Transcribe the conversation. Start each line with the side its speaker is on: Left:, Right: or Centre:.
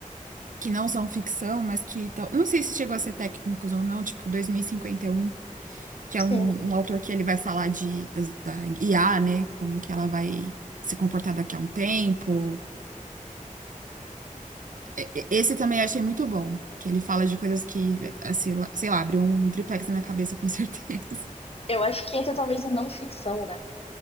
Right: que não são ficção, mas que tal. eu Não sei se chegou a ser técnicos ou não, tipo dois mil e e cinquenta e um que
Left: sim.
Right: é um, um autor que ele vai falar de, das- da, IA, né? Como que ela vai se comportar daqui a um tempo. E- e- Esse também eu achei muito bom, que ele fala de coisas que, assim, lá- sei lá, abriu um triplex na minha cabeça, com certeza. <laughs>
Left: Eu acho que entra talvez em não ficção, né?